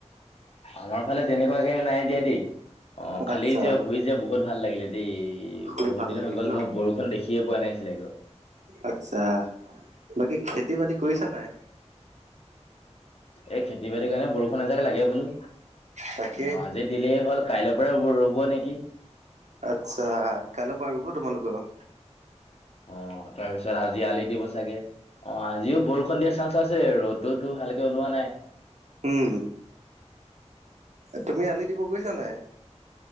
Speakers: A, on the left; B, on the right.
A: আমাৰ ফালে তেনেকুৱাকে নাই দিয়া দেই। অ', খালি
B: আচ্ছা
A: যে শুই যে বহুত ভাল লাগিলে দেই।
B: শুই
A: বহুত
B: ভাল
A: দিন
B: লাগিলে
A: হৈ গ'ল,
B: ন
A: মই বৰষুণ দেখিয়ে পোৱা নাছিলে আক।
B: আতছা, বাকী-খেতি বাতি কৰিছা নাই?
A: এই খেতি-বাতিৰ কাৰণে বৰষুণ এজাক লাগে বোলো,
B: তাকে
A: অ আজি দিলেই হ'ল, কাইলৰ পৰা ৰুব ৰ'ব নেকি?
B: আচ্ছা, কাইলৈ পৰা ৰুব তোমালোকৰ?
A: অ', তাৰপিছত আজি আলি দিব চাগে। অ', আজিও বৰষুণ দিয়া চান্স আছে, ৰ'দোতো ভালকে ওলোৱা নাই।
B: উম, তুমি আলি দিব গৈছা নাই?